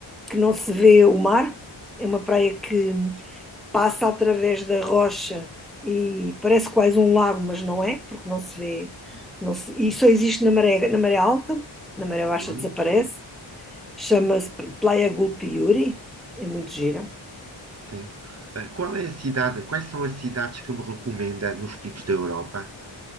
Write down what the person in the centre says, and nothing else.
que não se vê o mar, é uma praia que passa através da rocha e parece quase um lago, mas não é, porque não se vê, não se- e só existe na maré, na maré alta, na maré baixa
desaparece. Chama-se Playa Gulpiuri, é muito gira.